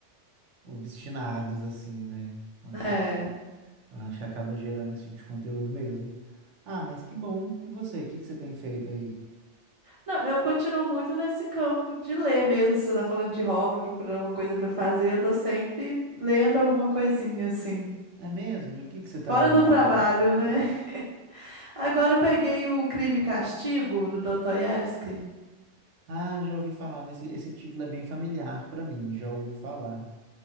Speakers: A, on the right; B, on the right.
A: obstinados, assim, né? Então,
B: <laughs> É.
A: eu acho que acaba gerando esse tipo de conteúdo mesmo. Ah, mas que bom. E você, o que que você tem feito aí?
B: Não, eu continuo muito nesse campo de ler mesmo, se você tá falando de hobby, procurando alguma coisa pra fazer, eu tô sempre lendo alguma coisinha assim.
A: É mesmo? E o que que você tá
B: Fora
A: lendo
B: do
A: agora?
B: trabalho, né? <laughs> Agora eu peguei o Crime e Castigo do Dostoiévski.
A: Ah, já ouvi falar nesse, esse título é bem familiar pra mim, já ouvi falar.